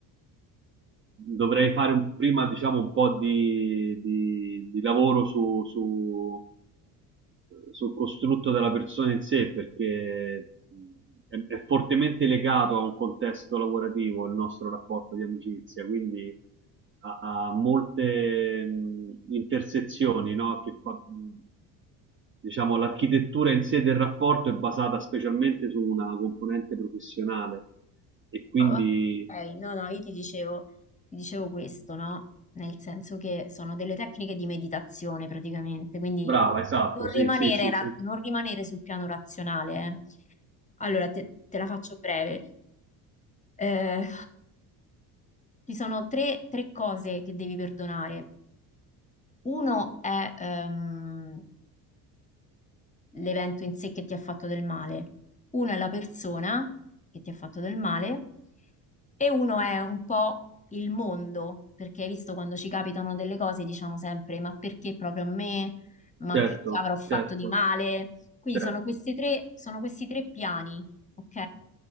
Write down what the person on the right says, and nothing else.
dovrei fare un- prima, diciamo, un po' di, di- di lavoro su, su- sul costrutto della persona in sé perché è, è fortemente legato a un contesto lavorativo il nostro rapporto di amicizia, quindi ha, ha molte mh, intersezioni no? che fa, mh, diciamo, l'architettura in sé del rapporto è basata specialmente su una componente professionale e quindi
brava, esatto,
sì,
sì, sì,
sì.
certo,
certo,
certo.